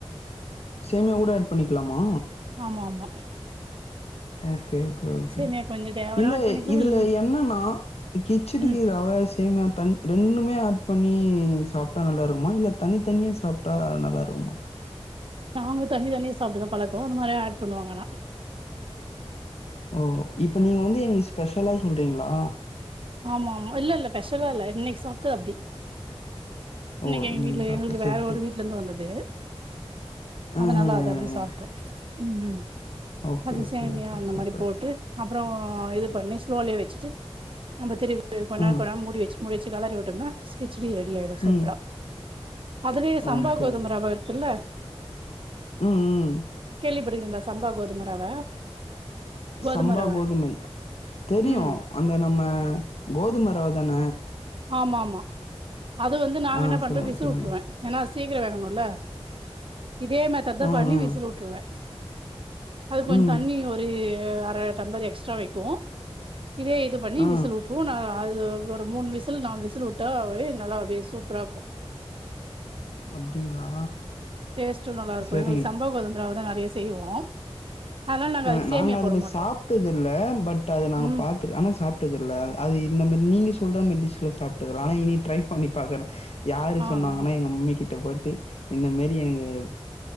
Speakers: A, on the left; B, on the right.
A: சேமியா கூட ஆட் பண்ணிக்லாமா
B: ஆமா ஆமா
A: ஓகே ஓகே ஓகே
B: சேமியா கொஞ்ச தேவனா
A: இல்ல
B: ஆட் பண்ணிக்கலா
A: இதுல
B: இல்
A: என்னன்னா கிச்சடிக்கி
B: ம்
A: ரவ சேமியா தன் ரெண்டுமே ஆட் பண்ணி சாப்ட்டா நல்லாருக்குமா இல்ல தனித்தனியா சாப்ட்டா நல்லாருக்குமா
B: நாங்க தனி தனியா சாப்ட்டுதா பழக்கொ அந்த மாரி ஆட் பண்ணுவாங்க ஆனா
A: ஓ இப்ப நீங்க வந்து எனக்கு ஸ்பெஷலா சொல்றீங்ளா
B: ஆமா ஆமா இல்ல இல்ல பெஷலா இல்ல இன்னைக்கி சாப்ட்டது அப்டி இன்னைக்கி
A: ஓ
B: எங்க
A: இன்னைக்கு
B: வீட்ல
A: சாப்டு
B: எங்களுக்கு
A: சேரி
B: வேற
A: சேரி
B: ஒரு வீட்லருந்து வந்தது
A: ஆ
B: அதனால
A: ஆ ஆ
B: அத அப்டி சாப்ட்ரு
A: ஆ
B: ம் ம்
A: ஓகே
B: அது
A: ஓகே
B: சேமியா
A: ஓகே
B: அந்த
A: சூப்பர்
B: மாரி போட்டு அப்பறொ இது பண்ணி ஸ்லோலயே வச்சுட்டு நம்ப திரும் கொண்நேரொ
A: ஆ
B: கொண்நேரொ மூடி வச்சு முடிச்சு கலறி விட்டோம்னா ஸ்கிச்சடி ரெடி ஆயிடு சூப்பரா
A: ம்
B: அதுலயே சம்பா
A: ஓகே
B: கோதும
A: ஓகே
B: ரவ ப இருக்குல்ல
A: ம் ம்
B: கேள்வி பட்டிக்கிறீங்களா சம்பா கோதும ரவ கோதும
A: சம்பா
B: ரவ
A: கோதுமை தெரியு
B: ம்
A: அந்த நம்ம கோதும ரவ தான
B: ஆமா ஆமா அது வந்து நாங்க
A: ஆ
B: என்ன பண்றோ
A: சொல்லுங்க
B: விசில்
A: சொல்லுங்க
B: வுட்டுருவே ஏன்னா அது சீக்கிரோ வேகணுல்ல இதே மெத்தட்தா
A: ம்
B: பண்ணி
A: ம்
B: விசில் வுட்டுருவே அது கொஞ்சோ
A: ம்
B: தண்ணி ஒரு அர டம்ப்ளர் எக்ஸ்ட்ரா வைக்கூ இதே இதுப் பண்ணி
A: ஆ
B: விசில் வுட்ருவோ ஆ அது ஒரு மூணு விசில் நாலு விசில் வுட்டாவே நல்லாவே சூப்பரா இருக்கூ
A: அப்டிங்களா
B: டேஸ்ட்டு நல்லாருக்கூ
A: சரிங்க
B: எங்களுக்கு சம்பா கோதும ரவதா நறைய செய்வோ அதனால
A: அ
B: அதுக்கு
A: நாங்க
B: சேமியா
A: அதுல
B: போட மாட்டோ
A: சாப்ட்டது இல்ல பட் அது நாங்க
B: ம்
A: பாத் த்ரு ஆனா சாப்ட்டது இல்ல அது இந்த மாரி நீங்க சொல்ற மாரி டிஷ்ல சாப்ட்டதுல்ல ஆனா இனிட்ரைப் பண்ணி பாக்குற யாரு
B: ஆ
A: சொன்னாங்கன்னா
B: ஆ
A: எங்க மம்மி கிட்ட போய்ட்டு இந்த மேரி எனக்கு